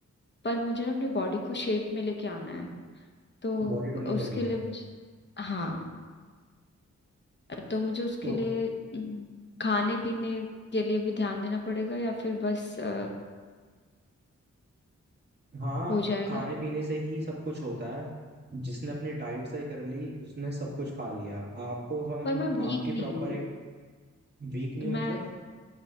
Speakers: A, on the left; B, on the right.
A: पर मुझे ना अपनी बॉडी को शेप में लेके आना है तो
B: बॉडी टोनिंग
A: उसके
B: करनी है
A: लिए मुझे- हाँ तो मुझे उसके
B: तो
A: लिए हम्म, खाने पीने के लिए भी ध्यान देना पड़ेगा या फिर बस अ,
B: हाँ
A: हो जाएगा
B: खाने पीने से ही सब कुछ होता है जिसने अपनी डाइट सही कर ली उसने सब कुछ पा लिया आपको हम
A: पर मैं वीक
B: आपकी
A: नहीं
B: प्रॉपर
A: हूँ
B: एक वीक नहीं
A: मैं
B: मतलब